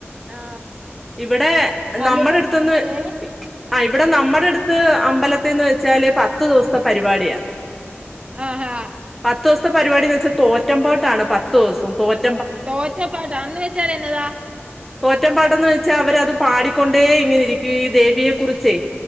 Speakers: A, on the right; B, in the centre.
A: ആ
B: ഇവിടെ
A: എന്നിട്ട്
B: നമ്മടെ അടുത്തൊന്ന്.
A: ഏ
B: ആഹ ഇവിടെ നമ്മുടെ അടുത്ത് അമ്പലത്തിന്ന് വെച്ചാല് പത്തു ദിവസത്തെ പരിപാടിയാ.
A: ആഹ് ആഹ.
B: പത്ത് ദിവസത്തെ പരിപാടിന്ന് വച്ചാൽ തോറ്റമ്പാട്ടാണ് പത്ത് ദിവസം തോറ്റ
A: തോറ്റപ്പാട്ടാ അന്ന് വെച്ചാൽ എന്നതാ.
B: തോറ്റ പാടന്ന് വെച്ചാ അവരത് പാടിക്കൊണ്ടേ ഇങ്ങനെ ഇരിക്കും ഈ ദേവിയെ കുറിച്ചേ.